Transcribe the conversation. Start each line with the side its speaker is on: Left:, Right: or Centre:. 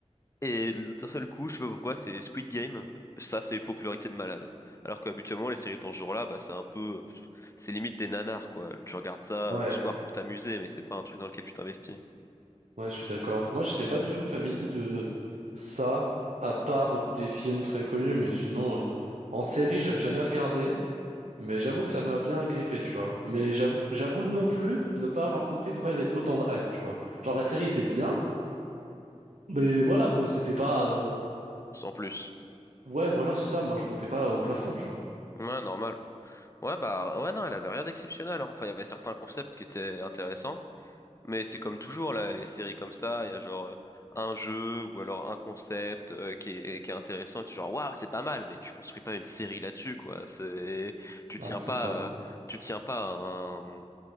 Left: Et d'un seul coup, je sais pas pourquoi, c'est Squid Game. Ça, c'est popularité de malade. Alors qu'habituellement, les séries dans ce genre-là, bah, c'est un peu, c'est limite des nanars, quoi. Tu regardes ça
Right: ouais,
Left: euh, le soir pour t'amuser, mais c'est pas un truc dans lequel tu t'investis.
Right: ouais, je suis d'accord. Moi, j'étais pas du tout familier de ça, à part des films très connus, mais sinon, euh, en série, j'avais jamais regardé. Mais j'avoue que ça m'a bien agrippé, tu vois. Mais j'avoue, j'avoue non plus ne pas avoir compris pourquoi il y avait autant de hype, tu vois. Genre la série était bien, mais voilà quoi, c'était pas. euh,
Left: Sans plus.
Right: Ouais, voilà, c'est ça. Moi, je montais pas au plafond, tu vois.
Left: Ouais, normal. Ouais, bah, ouais, non, elle avait rien d'exceptionnel, hein. Enfin, il y avait certains concepts qui étaient intéressants, Mais c'est comme toujours, là, les séries comme ça, il y a genre euh, un jeu ou alors un concept euh, qui est, qui est intéressant et tu es genre waouh, c'est pas mal, mais tu construis pas une série là-dessus, quoi. C'est tu
Right: Bah,
Left: tiens
Right: c'est
Left: pas
Right: ça.
Left: euh, tu tiens pas un